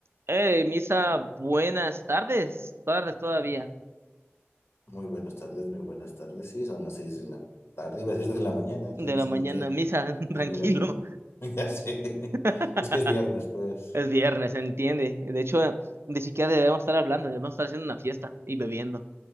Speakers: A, on the right; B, on the left.
A: Hey, Misa, buenas tardes, tardes todavía,
B: Muy buenas tardes, muy buenas tardes. Sí, son las seis de la tarde, iba a decir de la mañana, ya
A: de
B: no
A: la
B: sé
A: mañana,
B: ni qué,
A: Misa, <laughs>
B: ni
A: tranquilo.
B: a qué hora vivo. <laughs> Ya sé,
A: <laughs>
B: es que es viernes, pues.
A: Es viernes, entiende. De hecho, ni siquiera debemos estar hablando, debemos estar haciendo una fiesta y bebiendo.